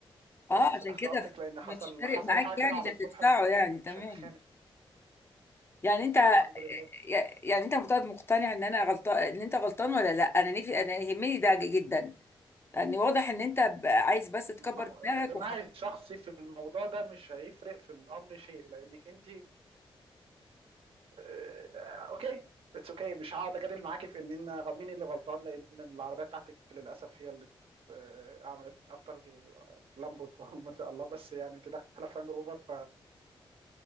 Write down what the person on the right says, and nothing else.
بس
تحت
امرك
لان حصل
حصل
حاجه كده
على
الصبح
فاكيد
مش هتخانق
الحمد لله
ما هو اقتناعي
الشخصي في الموضوع ده مش هيفرق في الامر شيء لانك انت آه، اوكي اتس اوكي مش هقعد اجادل معاكي في ان إن غ- مين اللي غلطان لان العربيه بتاعتك للاسف هي اللي آه، عملت اكتر لامبو <laughs> ما شاء الله بس يعني انت داخله فرانج روفر